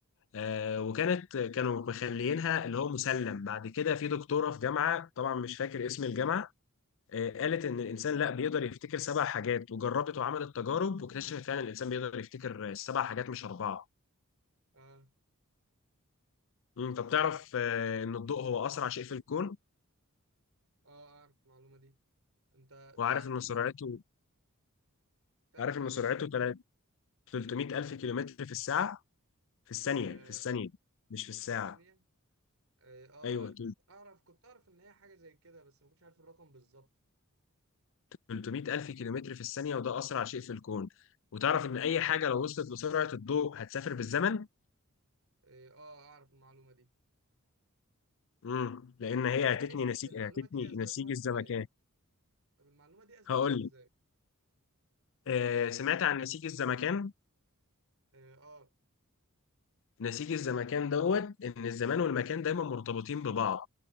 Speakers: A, on the left (about 60°); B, on the right (about 70°).
A: آه، وكانت كانوا مخليينها اللي هو مسلم بعد كده في دكتوره في جامعه طبعا مش فاكر اسم الجامعه آه، قالت ان الانسان لا بيقدر يفتكر سبع حاجات وجربت وعملت تجارب واكتشفت فعلا الانسان بيقدر يفتكر آه، سبع حاجات مش اربعه
B: اه
A: مم، طب تعرف آه، ان الضوء هو اسرع شيء في الكون
B: اه اعرف المعلومه دي انت
A: وعارف
B: تعرف
A: ان
B: ان
A: سرعته
B: ال... تعرف
A: عارف
B: ان
A: ان
B: الانت
A: سرعته تلا- 300 الف كيلومتر في الساعه في الثانيه
B: آه
A: في الثانيه مش في الساعه
B: في الثانيه اه آه،
A: ايوه
B: اعرف كنت اعرف ان هي حاجه زي كده بس ما كنتش عارف الرقم بالظبط
A: 300 الف كيلومتر في الثانيه وده اسرع شيء في الكون وتعرف ان اي حاجه لو وصلت لسرعه الضوء هتسافر بالزمن
B: اه آه، اعرف المعلومه دي
A: مم. لان
B: بس
A: هي
B: مش عارف
A: هتتني نسيج
B: المعلومة
A: هتتني
B: دي أثبتوها
A: نسيج الزمكان
B: إزاي طب المعلومة دي أثبتوها
A: هقول
B: إزاي
A: لك آه، سمعت عن نسيج الزمكان
B: آه آه,
A: نسيج الزمكان دوت ان الزمان والمكان دايما مرتبطين ببعض